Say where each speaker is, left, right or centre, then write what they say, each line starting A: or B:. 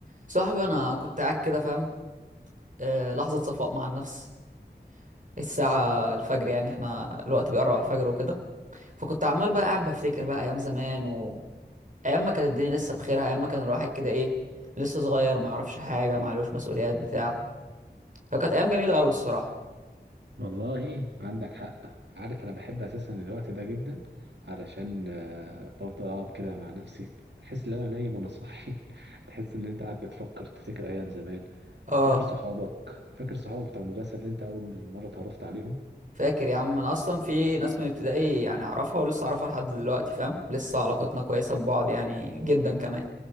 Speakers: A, on the right; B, on the right.
A: صاحبي انا كنت قاعد كده فاهم آه، لحظه صفاء مع النفس الساعه الفجر يعني احنا الوقت بيقرب على الفجر وكده فكنت عمال بقى قاعد بفتكر بقى ايام زمان و ايام ما كانت الدنيا لسه بخيرها ايام ما كان الواحد كده ايه لسه صغير ما يعرفش حاجه ما عليهوش مسؤوليات بتاع فكانت ايام جميله قوي الصراحه
B: والله عندك حق عارف انا بحب اساسا الوقت ده جدا علشان آه، بفضل اقعد كده مع نفسي احس ان انا نايم وانا صاحي <laughs> تحس ان انت قاعد بتفكر تفتكر ايام زمان
A: اه
B: تفتكر صحابك فاكر صحابك بتاع المدرسه اللي انت اول مره اتعرفت عليهم
A: فاكر يا عم انا اصلا في ناس من ابتدائي يعني اعرفها ولسه اعرفها لحد دلوقتي فاهم لسه علاقتنا كويسه ببعض يعني جدا كمان